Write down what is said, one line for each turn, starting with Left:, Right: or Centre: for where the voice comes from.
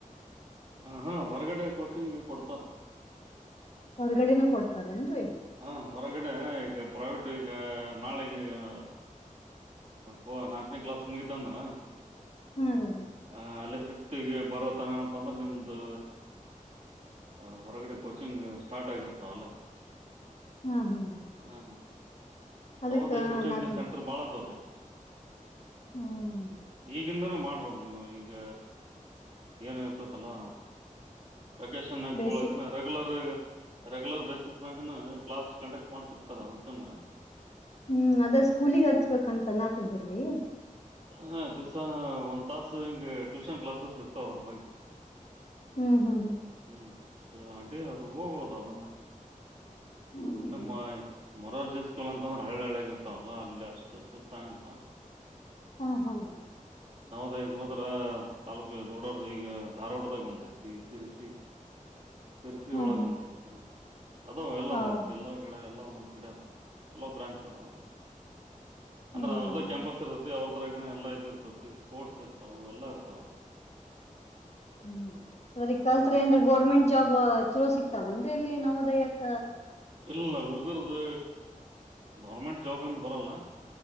Right: ಹ ಹಾ ಹೊರಗಡೆ ಕೋಚಿಂಗ್ ಕೊಡ್ತಾರ
Left: ಹೊರಗಡೆನ ಕೊಡ್ತಾರನ್ರಿ
Right: ಹ ಹೊರಗಡೆ ಈಗ ಪ್ರೈವಟ್ ಈಗ ನಾಳಗ ಹ ಹ ನಾಲ್ಕನೇ ಕ್ಲಾಸ್ ಮುಗಿತ ಅಂದ್ರ
Left: ಹಾ ರೀ
Right: ಆ ಅಲ್ಲೇ ಫಿಫತ್ ಬರತ್ತಾನೆ ಅಂತಂದ್ರೆ ನಿಮ್ದು ಹ ಹೊರಗಡೆ ಕೋಚಿಂಗ್ ಸ್ಟಾರ್ಟ್ ಆಗಿತ್ತು ಅಲ್ಲ
Left: ಹಾ ಹಾ
Right: ಹ್ಮ ಹ
Left: ಅದಕ್ಕ
Right: ಹೌದ ಕೋಚಿಂಗ್
Left: ಅನ್ನತಿದ್ರಿ
Right: ಸೆಂಟರ್ ಬಾಳದ ಅವ್ರೀ
Left: ಹ್ಮ್
Right: ಈಗಿಂದನೇ ಮಾಡ್ಬೋದು ನೀವು ಈ ಈಗ ಏನ ಇರ್ತತಲ್ಲ ವೆಕೇಶನ್ ಆಗ್ಕ್ತಗೊಳಕ
Left: ಬೇಸಿಕ್
Right: ರೆಗ್ಯುಲರ್ ರೆಗ್ಯುಲರ್ ಬೇಸಿಸಸ್ ಮಾಗ ಕ್ಲಾಸ್ ಕಂಡಕ್ಟ್ ಮಾಡ್ತಿರ್ತಾರ ಅದಕ್ಕನು
Left: ಹ್ಮ್ ಅದ ಸ್ಕೂಲಗ್ ಹಚ್ಬೇಕಂತ ಅನ್ನತಿದ್ರೀ
Right: ಹಾ ದಿವಸ ಒಂದ್ ತಾಸ ಹಿಂಗ ಟ್ಯೂಷನ್ ಕ್ಲಾಸಸ್ ಸುತ್ತ ಅವ್ರ ಬಗ್ಗೆ
Left: ಹ್ಮ್ ಹ್ಮ್
Right: ಹ್ಮ್ ಇದು ಅಡ ಅದು ಹೋಗೋದಾ ಅದನ್ನು
Left: ಹ್ಮ್
Right: ಇನ್ನು ಮ ಮೊರಾರ್ಜಿ ಸ್ಕೂಲ್ ಅಂತ ಅಂದ್ರೆ ಹಳ್ಳ ಹಳ್ಳೆಗರ್ತಾವಲ್ಲ ಅಲ್ಲಿ ಅಷ್ಟು ಶಿಸ್ತಿಲ್ಲ
Left: ಹಾ ಹಾ ಹ
Right: ನವದ ಹೋದ್ರ ತಾಾಲೂಕ ದೊಡ್ಡೋರ್್ದ ಈಗ ಧಾರವಾಡದಾಗ ಉಂದೈತಿ ಸಿಸಿ ತರ್ಚ
Left: ಹಾ
Right: ಒಳಗಂಡೈತ
Left: ಹಾ
Right: ಅ ಎಲ್ಲ
Left: ಹೌದಾ
Right: ಜಿಲ್ಲಾ ಕಡೆ ಎಲ್ಲ ಒಂದೊಂದ್ ಕಡೆ ಅದ ಚುಲೋ ಬ್ರಾಂಚ್ ಅದಾವ ಎಲ್ಲ ಅಂದ್ರೆ
Left: ಹ್ಮ್
Right: ಅವ್ರದ್ದೇ ಕ್ಯಾಂಪಸ್ ಇರುತ್ತೆ ಅವ್ರ್ದು ಹರಗನ ಎಲ್ಲಾ ಇಐ್ ಇರ್ತತಿ ಸ್ಪೋರ್ಟ್ಸ್ ಇರ್ತಾವ ಎಲ್ಲಾ ಇರ್ತಾವ ಅದ
Left: ಹ್ಮ್ ಅದ್ರ ಕಲ್ತ್ರಿಏಂದ್ರ ಗೋರ್ಮೆಂಟ್ ಜಾಬ್ ಚಲೋ ಸಿಕ್ತಾವ ಅಂದ್ರೆ ಇಲ್ಲಿ ನಾವುದಯ ಯಾಕ
Right: ಇಲ್ಲಲ್ಲ ಹುಡುಗರದು ಗೌರ್ಮೆಂಟ್ ಜಾಬ್ಂದ ಬರಲ್ಲ